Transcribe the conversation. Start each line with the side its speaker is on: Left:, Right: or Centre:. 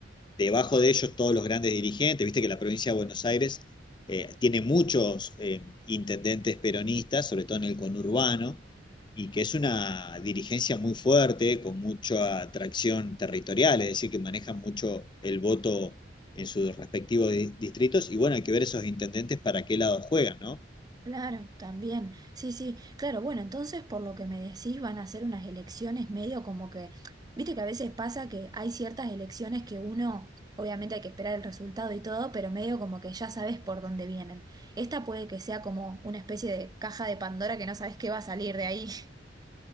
Left: debajo de ellos todos los grandes dirigentes, viste que la provincia de Buenos Aires eh, tiene muchos eh, intendentes peronistas, sobre todo en el conurbano, y que es una dirigencia muy fuerte, con mucha atracción territorial, es decir, que manejan mucho el voto en sus respectivos di- distritos, y bueno, hay que ver esos intendentes para qué lado juegan, ¿no?
Right: Claro, también. Sí, sí, claro. Bueno, entonces por lo que me decís van a ser unas elecciones medio como que, viste que a veces pasa que hay ciertas elecciones que uno, obviamente hay que esperar el resultado y todo, pero medio como que ya sabes por dónde vienen. Esta puede que sea como una especie de caja de Pandora que no sabes qué va a salir de ahí. <laughs>